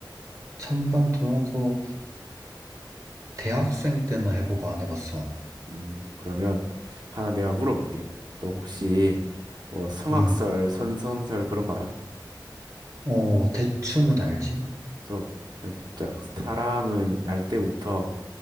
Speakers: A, on the right; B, on the right.
A: 찬반 토론 코 대학생 때는 해보고 안 해봤어.
B: 음, 그러면 하나 내가 물어볼게. 너 혹시 뭐 성악설,
A: 음,
B: 선선설 그런 거 알아?
A: 어, 대충은 알지?
B: 그래서 살짝 사람은 날 때부터